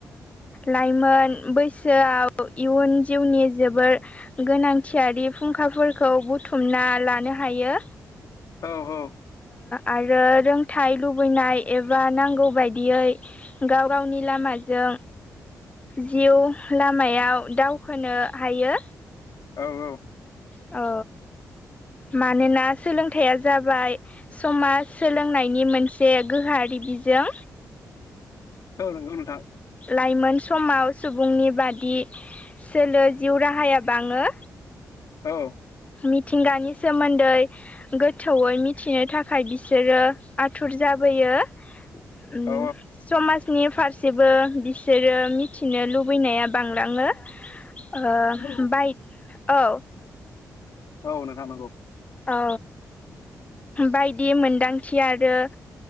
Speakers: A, on the left; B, on the left.
A: लाइमोन बैसोआव इयुन जिउनि जोबोर गोनांथियारि फुंखाफोरखौ बुथुमना लानो हायो।
B: औ औ
A: आरो रोंथाइ लुबैनाय एबा नांगौ बायदियै। गाव गावनि लामाजों जिउ लामायाव दावखोनो हायो।
B: औ औ।
A: औ। मानोना सोलोंथाइया जाबाय समाज सोलोंनायनि मोनसे गोहारि बिजों
B: औ नंगौ नोंथां
A: लाइमोन समाव सुबुंनि बादि सोलो जिउ राहाया बाङो।
B: औ।
A: मिथिंगानि सोमोन्दै गोथौयै मिथिनो थाखाय बिसोरो आथुर जाबोयो। उम।
B: औ
A: समाजनि फारसेबो बिसोरो मिथिनो लुबैनाया बांलाङो। ओ
B: औ
A: बाइक औ
B: औ नोंथां नंगौ।
A: औ बायदि मोनदांथि आरो।